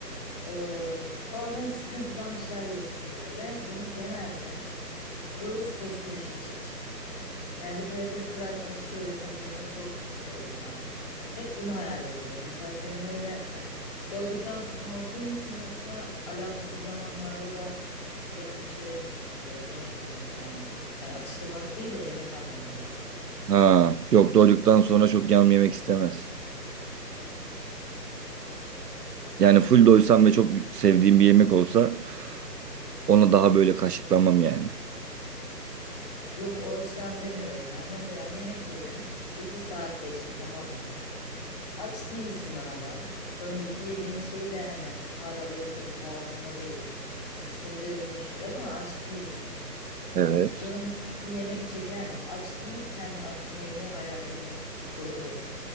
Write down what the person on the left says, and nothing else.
E, bazen sıkıntıdan bir şeyler yesim geliyor ve canım genelde böyle soslu bir şey çekiyor. Yani bir patates kızartması söylesem yanına sos mu söylesem? Hep bunu hayal ediyorum. Mesela senin öyle hani doyduktan sonra okey misin yoksa alakasız zamanlarda da canın bir şeyler istiyor mu böyle yemek yemek yani? Hani atıştırmalık değil de yemek anlamında.
Yok o açıdan demiyorum ya. Mesela yemek yedin. iki saat geçti tamam mı? Aç değilsin hala. Önceki yediğin şey de hani hala böyle tabii boğazında değil. Hani sindirilmiş biraz ama aç değilsin.
Canın mesela bir yemek çeker mi? Aç değilken de aslında yemeği hayal ediyor musun? Soru bu.